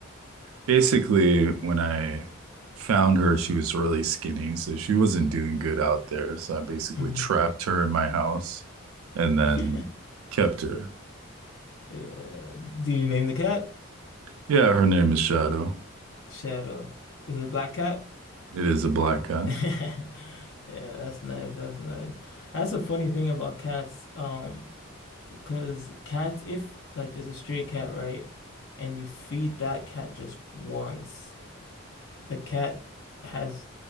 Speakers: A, on the right; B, on the left.
A: basically, when I found her, she was really skinny. So she wasn't doing good out there. So I basically
B: Mm.
A: trapped her in my house and then
B: <laughs>
A: kept her.
B: Yeah. Did you name the cat?
A: Yeah, her name is Shadow.
B: Shadow. Is it a black cat?
A: It is a black guy.
B: <laughs> Yeah, that's nice. That's nice. That's a funny thing about cats. Um, because cats, if like there's a stray cat, right, and you feed that cat just once, the cat has